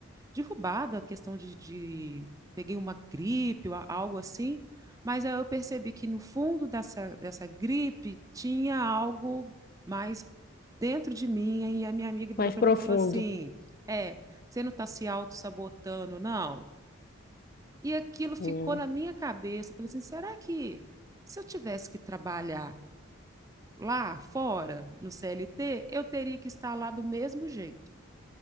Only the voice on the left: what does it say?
Mais
profundo.
Hum.